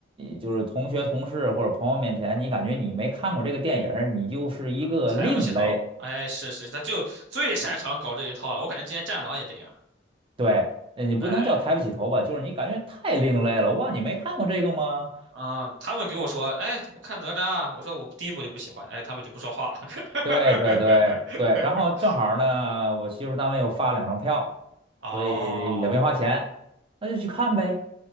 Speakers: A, on the right (about 30°); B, on the right (about 75°).
A: 就是同学、同事或者朋友面前，你感觉你没看过这个电影儿你就是一个另类。
B: 啊，抬不起头，哎，是是，他就最擅长搞这一套了，我感觉之前战狼也这样，
A: 对，呃你不能叫抬不起头吧，
B: 哎。
A: 就是你感觉太另类了。哇，你没看过这个吗？
B: 啊，他们给我说，哎，不看哪吒啊？我说我第一部就不喜欢，哎，他们就不说话了。
A: 对对对对，
B: <laughs>
A: 然后正好呢，我媳妇单位又发两张票。
B: 哦
A: 所以也没花钱，那就去看呗。